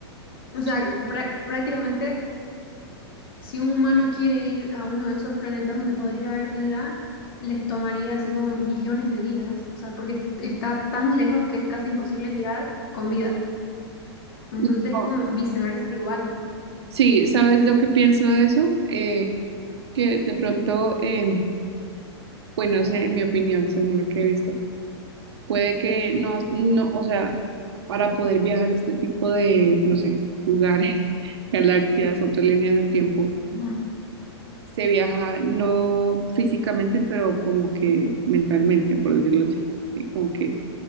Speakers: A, on the left (about 60°); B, on the right (about 70°).
A: O sea,
B: sí.
A: prá- prácticamente si un humano quiere ir a uno de esos planetas donde podría haber vida, les tomaría así como millones de vidas, o sea, porque es- está tan lejos que es casi imposible llegar con vida. Entonces,
B: No,
A: como viceversa igual.
B: Sí, ¿sabes lo que pienso de eso? Eh, que de pronto, em, pues no sé, en mi opinión, según lo que he visto, puede que no, no, o sea, para poder viajar a este tipo de, no sé, lugares, <laughs> galaxias, otras líneas del tiempo,
A: Ujú.
B: se viaja no físicamente, pero como que mentalmente, por decirlo así, ¿sí? como que